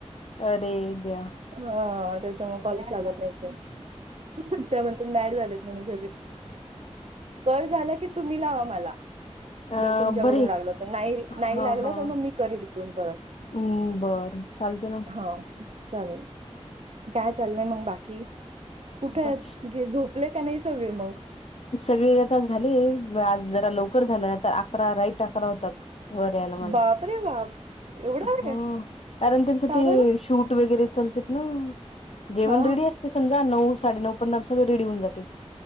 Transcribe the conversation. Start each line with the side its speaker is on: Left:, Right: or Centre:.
Left: अरे दया
Right: हा त्याच्यामुळे कॉलच लागत नाही त्यां त्या म्हणतात मॅड झालेत म्हणे सगळे कट झाला की तुम्ही लावा मला
Left: अ
Right: जर तुमच्याकडून
Left: बरे
Right: लागलं तर नाही नाही
Left: हा
Right: लागलं
Left: हा
Right: तर मग मी करेन इकडून परत
Left: हम्म बरं चालते ना
Right: हा चालेल काय चाललंय मग बाकी कुठे
Left: बा-
Right: आहेत? झोप ले का नाही सगळे मग?
Left: सगळे आता झाले आज जरा लवकर झालं ना तर अकरा राईट अकरा होतात वर यायला मला
Right: बापरे बाप एवढा वेळ
Left: कारण त्यांच
Right: का
Left: ते
Right: बरं
Left: शूट वगैरे चालते ना जेवण
Right: हा
Left: रेडी असते सगळं नऊ साडे नऊ पर्यंत आमचं सगळ रेडी होऊ जाते.